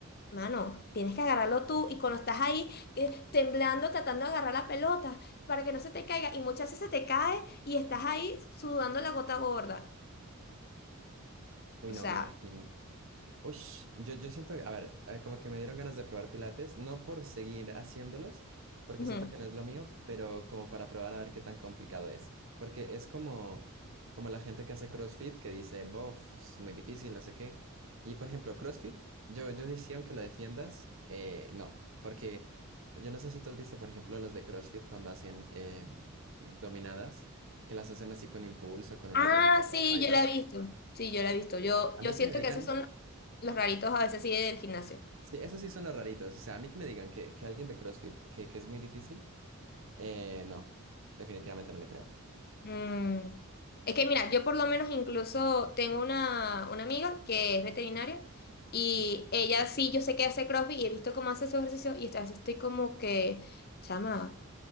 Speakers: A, on the left; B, on the right.
A: Mano, tienes que agarrarlo tú y cuando estás ahí eh, temblando, tratando de agarrar la pelota para que no se te caiga, y muchas veces se te cae y estás ahí sudando la gota gorda.
B: Uy,
A: O
B: no,
A: sea...
B: me imagino. Uy, yo, yo siento, que- a ver, eh, como que me dieron ganas de probar pilates, no por seguir haciéndolos, porque
A: Ujú.
B: siento que no es lo mío, pero como para probar a ver qué tan complicado es. Porque es como, como la gente que hace CrossFit que dice, bof, es muy difícil, no sé qué. Y por ejemplo, CrossFit, yo, yo decía, aunque lo defiendas, eh, no, porque yo no sé si tú has visto, por ejemplo, los de CrossFit cuando hacen eh, dominadas, que las hacen así con impulso, con una
A: Ah,
B: técnica toda
A: sí,
B: paila.
A: yo la he visto. Sí, yo la he visto. Yo,
B: Eh, a mí
A: yo siento
B: que me digan
A: que esos son los raritos a veces sí del gimnasio.
B: Sí, esos sí son los raritos. O sea, a mí que me digan que, que alguien de CrossFit, que, que es muy difícil, eh, no, definitivamente no le creo.
A: Mm. Es que mira, yo por lo menos incluso tengo una, una amiga que es veterinaria y ella sí, yo sé que hace CrossFit y he visto cómo hace su ejercicio y esta vez estoy como que, chama,